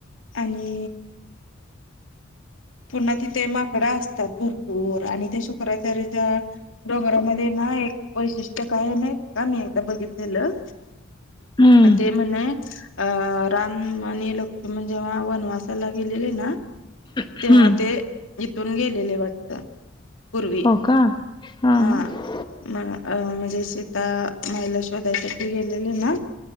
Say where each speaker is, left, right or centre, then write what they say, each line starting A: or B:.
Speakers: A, on the left (about 70°); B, on the left (about 25°).
A: आणि. पुन्हा तिथे माकड असतात भर भरपूर आणि त्या शुक्राचार्याच्या डोंगरामध्ये ना एक वैशिष्ट्य काय आहे मा का मी एकदा बघितलेलं.
B: हम्म
A: ते म्हणे अ राम आणि लोक जेव्हा वनवासाला गेलेले ना,
B: हम्म
A: तेव्हा ते इथून गेलेले वाटत. पूर्वी
B: हो का हा
A: हां.
B: हा
A: म म्हणजे सीता माई ला शोधाय साठी गेलेले ना,